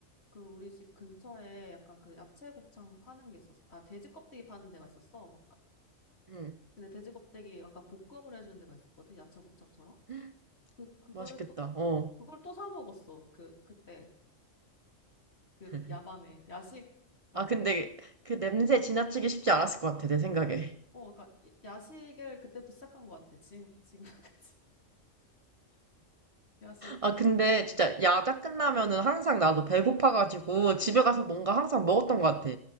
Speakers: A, on the left; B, on the right.
A: 그 우리 집 근처에 약간 그 야채 곱창 파는 게 있었어. 아, 돼지 껍데기 파는 데가 있었어.
B: 응.
A: 근데 돼지 껍데기 아까 볶음을 해주는 데가 있었거든. 야채 곱창처럼.
B: <gasps>
A: 그 그거를
B: 맛있겠다.
A: 또
B: 어.
A: 그걸 또 사 먹었어. 그 그때 그
B: <laughs>
A: 야밤에 야식 어
B: 아, 근데 그 냄새 지나치기 쉽지 않았을 것 같아, 내 생각에.
A: 어 그러니까 야- 야식을 그때부터 시작한 것 같아. 지금 지금까지 <laughs> 야식
B: 아, 근데
A: 어
B: 진짜 야자 끝나면은 항상 나도 배고파가지고 집에 가서 뭔가 항상 먹었던 것 같아.